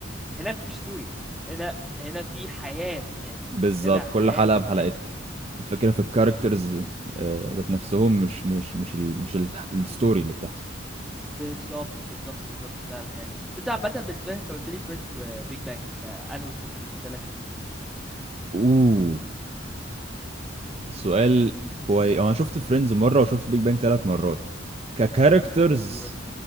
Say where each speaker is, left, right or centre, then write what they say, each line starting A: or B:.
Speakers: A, in the centre; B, on the right.
A: هنا مفيش ستوري هنا هنا في حياه ناس
B: بالظبط
A: انت متابع حياه
B: كل حلقة
A: الناس
B: بحلقتها الفكرة في الكاركترز آه، ذات نفسهم مش مش مش ال مش ال- الستوري اللي بتحصل
A: بالظبط بالظبط بالظبط فعلا يعني بس انت عامه بالنسبه لي انت قلت لي فريندز وبيج بانج انت انهي التوب بالنسبه لك من الاثنين دول
B: اوه السؤال كويس انا شفت فريندز مره وشفت بيج بانج ثلاث مرات ككاركترز
A: ايه يعني ده بيرد